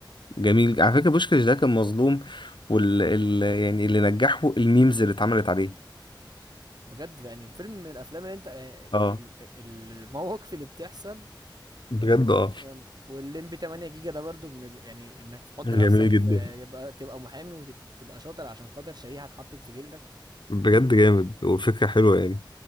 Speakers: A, on the left; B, on the right.
A: جميل على فكرة بوشكاش ده كان مظلوم وال ال... يعني اللي نجحه الميمز اللي اتعملت عليه
B: بجد يعني فيلم من الافلام اللي انت آه،
A: اه
B: ال- ال- المواقف اللي بتحصل
A: بجد اه
B: أم، والليمبي 8 جيجا ده برضو من ال... يعني انك تحط
A: جميل
B: نفسك
A: جدا
B: في يبقى تبقى محامي وتبقى شاطر عشان خاطر شريحة اتحطت في جلدك
A: بجد جامد والفكرة حلوة يعني